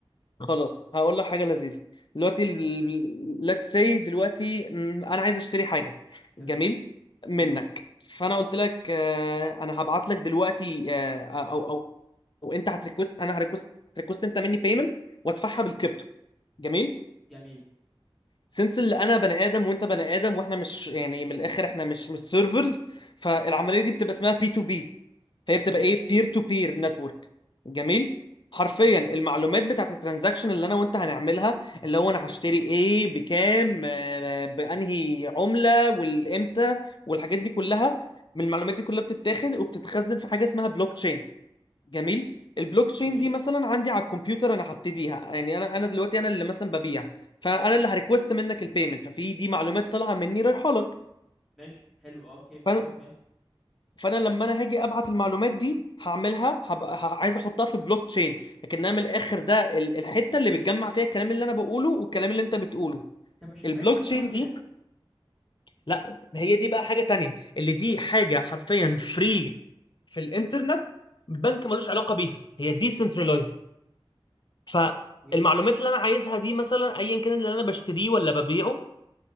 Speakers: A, on the left (about 55°); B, in the centre.
A: خلاص هقول لك حاجه لذيذه دلوقتي ليتس سي دلوقتي مم، انا عايز اشتري حاجه
B: جميل
A: جميل منك
B: حلو
A: فانا قلت لك آه، انا هبعت لك دلوقتي آه، او او او انت هتريكوست انا هريكوست هتريكوست انت مني بيمنت وادفعها بالكريبتو جميل
B: جميل
A: سنس اللي انا بني ادم وانت بني ادم واحنا مش يعني من الاخر احنا مش مش سيرفرز فالعمليه دي بتبقى اسمها بي تو بي فهي بتبقى
B: جميل
A: ايه بير تو بير نتورك جميل حرفيا
B: ماشي
A: المعلومات بتاعت الترانزاكشن اللي انا وانت هنعملها اللي هو انا هشتري ايه بكام آه، بانهي عمله والامتى والحاجات دي كلها من المعلومات دي كلها بتتاخد وبتتخزن في حاجه اسمها بلوك تشين جميل البلوك
B: اوكي
A: تشين دي مثلا عندي على الكمبيوتر انا هبتديها يعني انا انا دلوقتي انا اللي مثلا ببيع فانا اللي هريكوست منك البيمنت ففي دي معلومات طالعه مني رايحه لك
B: ماشي حلو اه اوكي منطقي
A: فانا
B: ماشي
A: فانا لما انا هاجي ابعت المعلومات دي هعملها هبقى ه- عايز احطها في بلوك تشين لكنها من الاخر ده ال- الحته اللي بتجمع فيها الكلام اللي انا بقوله والكلام اللي انت بتقوله
B: طب مش البنك
A: البلوك
B: يعتبر
A: تشين
B: كده
A: دي لا هي دي بقى حاجه تانية اللي دي حاجه حرفيا فري في الانترنت بنك ملوش علاقه بيها هي ديسنترلايزد فالمعلومات
B: اوكي
A: اللي انا عايزها دي مثلا ايا كان اللي انا بشتريه ولا ببيعه